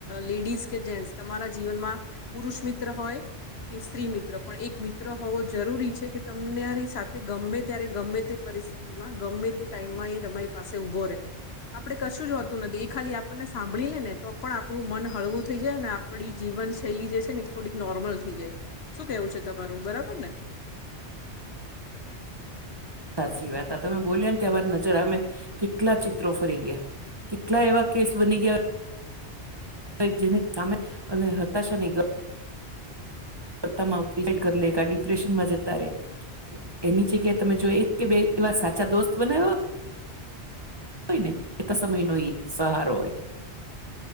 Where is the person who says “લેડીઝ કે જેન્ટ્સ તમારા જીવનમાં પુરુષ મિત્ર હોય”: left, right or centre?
Left